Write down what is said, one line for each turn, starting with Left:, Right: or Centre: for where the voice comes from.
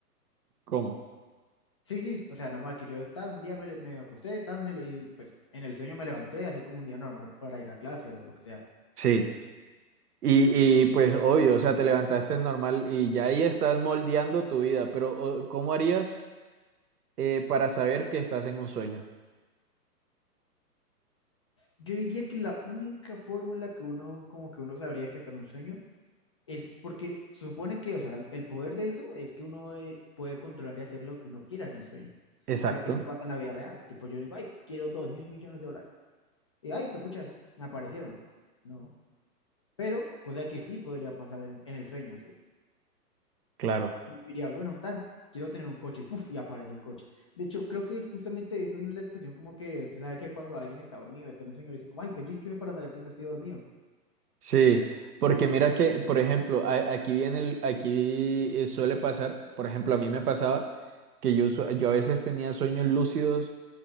Right: ¿Cómo?
Left: Sí, sí, o sea, normal que yo tal un día me, le- me acosté, tal me le- y pues en el sueño me levanté, así como un día normal para ir a clase o lo que sea.
Right: Sí. Y, y, pues obvio, o sea, te levantaste normal y ya ahí estás moldeando tu vida, pero o- ¿cómo harías eh, para saber que estás en un sueño?
Left: Yo diría que la única forma en la que uno, como que uno sabría que está en un sueño Es porque supone que, o sea, el poder de eso es que uno eh, puede controlar y hacer lo que uno quiera en el sueño,
Right: Exacto,
Left: cosa que no pasa en la vida real. Tipo, yo no digo, ay, quiero dos mil millones de dólares. Y, ay, pucha, me aparecieron. No, pero cosa que sí podría pasar en, en el sueño, sí.
Right: claro.
Left: Y diría, bueno, tan, quiero tener un coche, y puf, y aparece el coche. De hecho, creo que justamente de eso viene la expresión como que usted sabe que cuando alguien está dormido, está en un sueño, le dicen como, ay, pellizqueme para saber si no estoy dormido.
Right: Sí, porque mira que, por ejemplo, a- aquí viene el, aquí eh, suele pasar, por ejemplo, a mí me pasaba que yo, su- yo a veces tenía sueños lúcidos